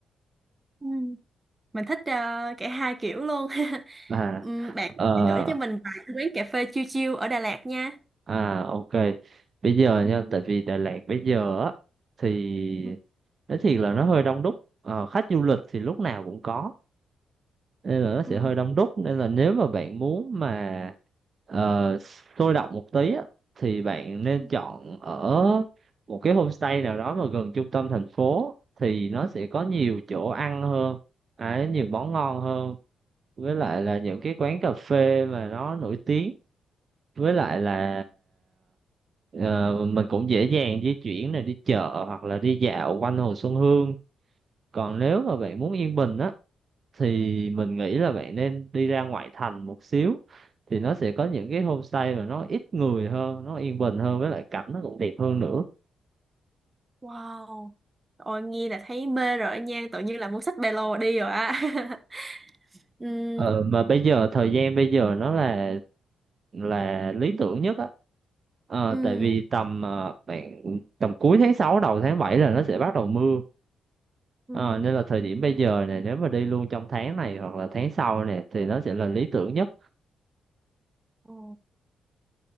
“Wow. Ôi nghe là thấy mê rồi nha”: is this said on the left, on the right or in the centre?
Right